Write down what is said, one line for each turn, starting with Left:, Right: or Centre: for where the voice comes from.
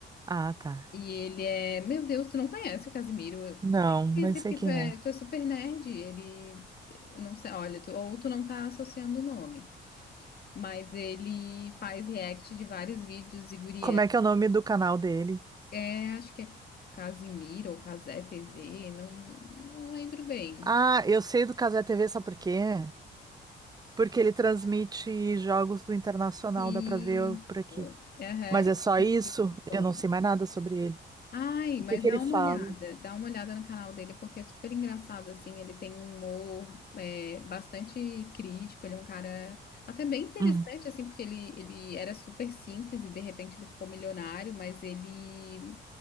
Right: Ah, tá.
Left: E ele é, meu Deus, tu não conhece o Casimiro,
Right: Não,
Left: tu tem que conhecer
Right: não sei
Left: porque
Right: quem
Left: tu é,
Right: é.
Left: tu é super nerd, ele não sei, olha, tu- ou tu não tá associando o nome, mas ele faz react de vários vídeos e guria,
Right: Como é que é o nome do canal dele?
Left: é, é, acho que é Casimiro ou Casé TV, não não lembro bem.
Right: Ah, eu sei do Cazé TV, sabe por quê? Porque ele transmite jogos do Internacional,
Left: E
Right: dá pra ver por aqui.
Left: aham,
Right: Mas
Left: é
Right: é só
Left: muito
Right: isso?
Left: bom.
Right: Eu não sei mais nada sobre ele.
Left: Ai,
Right: O
Left: mas
Right: que que
Left: dá
Right: ele
Left: uma
Right: fala?
Left: olhada, dá uma olhada no canal dele, porque é super engraçado, assim, ele tem um humor é, bastante crítico, ele é um cara até bem interessante,
Right: Uhum,
Left: assim, porque ele, ele era super simples e de repente ele ficou milionário, mas ele